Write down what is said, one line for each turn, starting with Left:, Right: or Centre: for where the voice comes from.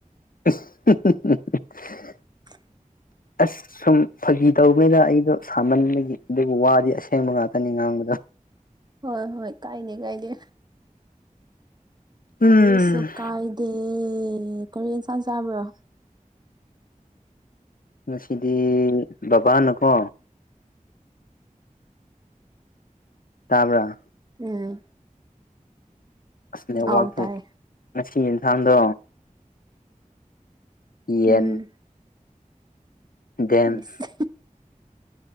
Left: <unintelligible>
Right: <inaudible>
Left: ꯑꯁ ꯁꯨꯝ ꯐꯒꯤ ꯇꯧꯕꯅꯤꯗ ꯑꯩꯗꯣ ꯁꯥꯃꯟꯕꯒꯤ ꯑꯗꯨꯕꯨ ꯋꯥꯗꯤ ꯑꯁꯦꯡꯕ ꯉꯥꯛꯇꯅꯤ ꯉꯥꯡꯕꯗꯣ
Right: ꯍꯣꯏ ꯍꯣꯏ ꯀꯥꯏꯗꯦ ꯀꯥꯏꯗꯦ꯫ ꯀꯔꯤꯁꯨ
Left: ꯎꯝ
Right: ꯀꯥꯏꯗꯦ ꯀꯔꯤ ꯑꯦꯟꯁꯥꯡ ꯆꯥꯕ꯭ꯔꯣ?
Left: ꯉꯁꯤꯗꯤ ꯕꯕꯥꯅꯀꯣ ꯇꯥꯕꯔꯥ
Right: ꯎꯝ
Left: ꯑꯁꯅꯦꯋꯥꯛ
Right: ꯑꯥꯎ ꯇꯥꯏ
Left: ꯉꯁꯤ ꯌꯦꯟꯁꯥꯡꯗꯣ ꯌꯦꯟ
Right: ꯎꯝ
Left: ꯗꯦꯝ
Right: ꯏꯁ